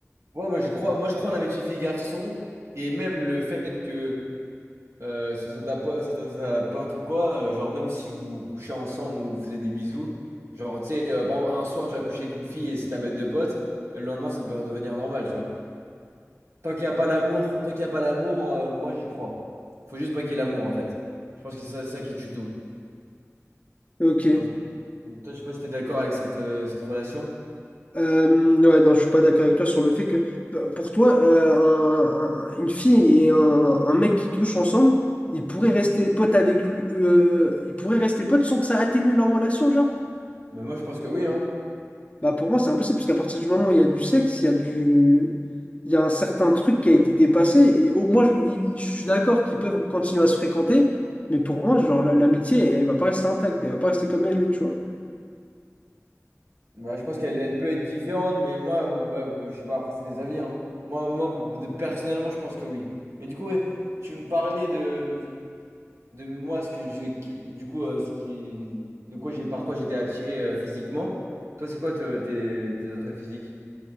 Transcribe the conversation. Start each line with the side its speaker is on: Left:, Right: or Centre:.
Right: Ouais, moi je crois, moi je crois en amitié fille-garçon, et même le fait que euh, ce soit ta pote, pote ou quoi, euh, genre même si vous couchez ensemble ou vous faisiez des bisous, genre tu sais, euh, par exemple un soir tu vas coucher avec une fille et c'est ta bête de pote, euh, le lendemain ça peut redevenir normal, tu vois. Tant qu'il n'y a pas l'amour, tant qu'il y a pas l'amour, euh, moi j'y crois. Faut juste pas qu'il y ait l'amour en fait. Je pense que c'est ça, ça qui tue tout.
Left: Ok.
Right: Dans- Donc, toi je sais pas si t'es d'accord avec cette, euh, cette relation,
Left: Euh, ouais, non, je suis pas d'accord avec toi sur le fait que p- pour toi, euh, un- un- une fille et un, un mec qui couchent ensemble, ils pourraient rester potes avec lui, euh, ils pourraient rester potes sans que ça atténue leur relation, genre?
Right: mais moi je pense que oui, hein.
Left: Bah pour moi, c'est impossible, parce qu'à partir du moment où il y a du sexe, il y a du, il y a un certain truc qui a été dépassé. Et au moi, je, il- je suis d'accord qu'ils peuvent continuer à se fréquenter, mais pour moi, genre la- l'amitié, elle, va pas rester intacte, elle va pas rester comme elle est, tu vois.
Right: Bah, je pense qu'elle elle peut être différente, mais moi, ouais, bah, je sais pas, après, c'est des avis, hein. Moi, moi de- personnellement, je pense que oui. Mais du coup, ouais, tu me parlais de, de moi, ce que je, qui- du coup, euh, ce qui, de quoi j'ai, par quoi j'étais attiré euh, physiquement. Toi, c'est quoi te- tes, tes attraits physiques?